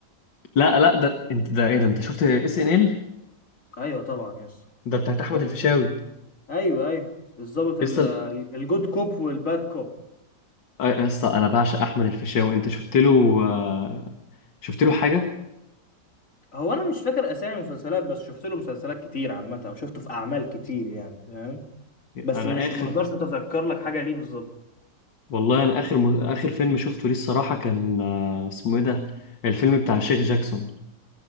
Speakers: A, on the left; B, on the left.
A: لا لا ده انت ده ايه ده انت شفت اس ان ال
B: ايوه طبعا يا اسطى
A: ده بتاعت
B: بتتكلم
A: احمد الفيشاوي
B: كده
A: يا
B: ايوه ايوه الظابط ال-
A: اسطى
B: الجود كوب والباد كوب
A: آه، يا اسطى انا بعشق احمد الفيشاوي انت شفت له آه، شفت له حاجة
B: هو انا مش فاكر اسامي المسلسلات بس شفت له مسلسلات كتير عامه او شفته في اعمال كتير يعني فاهم بس
A: انا
B: مش
A: اخر
B: ما اقدرش اتذكر لك حاجه ليه بالظبط
A: والله انا اخر م... اخر فيلم شفته ليه الصراحه كان آه، اسمه ايه ده الفيلم بتاع شيخ جاكسون